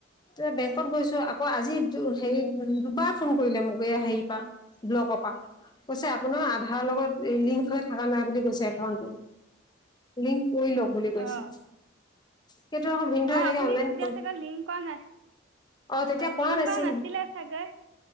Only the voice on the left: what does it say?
এ বেংকত গৈছো, আকৌ আজি হেৰি দুবাৰ ফোন কৰিলে, মোক এইয়া হেৰি পা। ব্লকৰ পা। কৈছে, আপোনাৰ আধাৰ লগত লিংক হৈ থকা নাই বুলি কৈছে একাউণ্টটো। লিংক কৰি লওঁক বুলি কৈছে।
সেইটো আকৌ ভিনদেউ
এনেকে
অনলাইন
কৰিম।
অ তেতিয়া কোৱা
নাছিল,